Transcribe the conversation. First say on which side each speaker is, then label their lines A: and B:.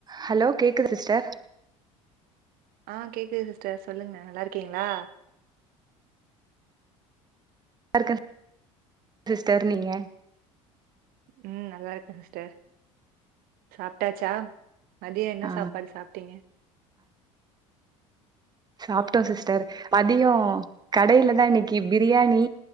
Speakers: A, on the right; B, on the right.
A: Hello கேக்குதா sister
B: ஆ கேக்குது சிஸ்டர் சொல்லுங்க நல்லா இருக்கீங்களா
A: நல்லாருக்க சிஸ்டர் நீங்க
B: ம் நல்லா இருக்க சிஸ்டர் சாப்டாச்சா மதியோ என்ன
A: ஆ
B: சாப்பாடு சாப்டீங்க
A: சாப்டோ சிஸ்டர் மதியோ கடையிலதா இன்னைக்கு பிரியாணி